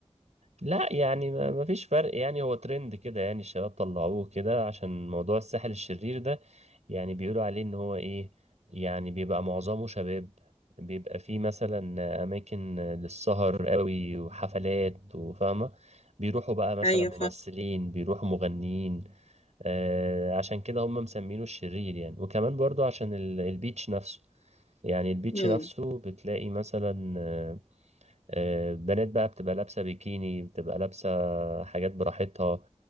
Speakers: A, on the right; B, on the left.
A: لا يعني ما ما فيش فرق يعني هو ترند كده يعني الشباب طلعوه كده عشان موضوع الساحل الشرير ده يعني بيقولوا عليه ان هو ايه يعني بيبقى معظمه شباب بيبقى فيه مثلا اماكن للسهر قوي وحفلات وفاهمة بيروحوا بقى مثلا
B: ايوه
A: ممثلين
B: فاهم
A: بيروحوا مغنيين آه، عشان كده هم مسمينه الشرير يعني وكمان برضو عشان ال- البيتش نفسه يعني البيتش
B: مم.
A: نفسه بتلاقي مثلا آه، آه، بنات بقى بتبقى لابسة بيكيني بتبقى لابسة حاجات براحتها